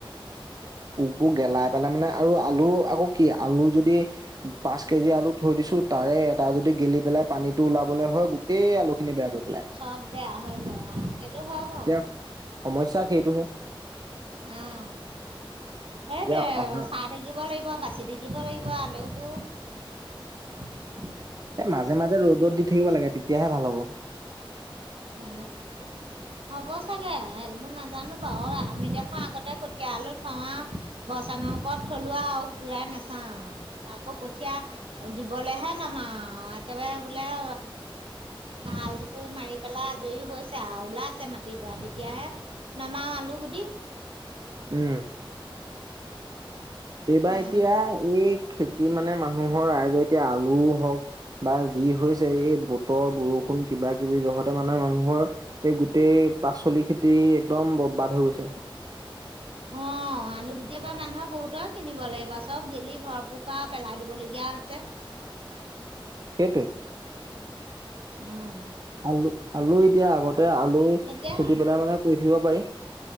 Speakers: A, on the right; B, on the right.
A: তোৰ গেলাই পেলাই মানে, আৰু আলু, আকৌ কি, আলু যদি, পাঁচ কেজি আলু থৈ দিছোঁ, তাৰে এটা যদি গেলি পেলাই, পানীটো ওলাবলে হয়, গোটেই আলুখিনি বেয়া কৰি পেলাই।
B: চব বেয়া হৈ পৰে অ সেইটো হয় বাৰু
A: এতিয়া, সমস্যা সেইটোহে।
B: অ'! সেইটোৱে,
A: এতিয়া অহা
B: চাই থাকিব লাগিব। বাচি থাকিব লাগিব আলোবো। <inaudible>
A: এ মাজে মাজে ৰ'দত দি থাকিব লাগে তেতিয়াহে ভাল হ'ব।
B: এ হব চাগে সেইবোৰ নাজানো বাৰু আমি দেখো আগতে কঠীয়া আলো থোৱা বৰ চাঙৰ ওপৰত থলুৱা আৰু ঘূৰাই নাচাও আকৌ কঠীয়া দিবলেহে নমাও একেবাৰে বোলে হ আলো মাৰি <unintelligible> পেলাই আজৰি হৈছে আৰু ওলাইছে মাটিডৰা তেতিয়াহে নমাও আলু গুটি।
A: উম। এইবাৰ
B: উম,
A: এতিয়া এই। খেতি মানে মানুহৰ ৰাইজৰ এতিয়া আলুও হওক বা যি হৈছে, এই বতৰ বৰষুণ কিবা কিবি জহতে মানে মানুহৰ এই গোটেই পাচলি খেতি একদম বৰবাদ হৈ গৈছে।
B: অ আলু গুটি পৰা মানুহৰ বহুতৰ কিনিব লাগিব, চব গেলি ভৰপকাৰ পেলাই দিবলগীয়া হৈছে।
A: সেইটোৱে।
B: উম।
A: আলু, আলু এতিয়া আগতে আলু
B: এতিয়া
A: খেতি পেলাই মানে কৰি শিকিব পাৰি।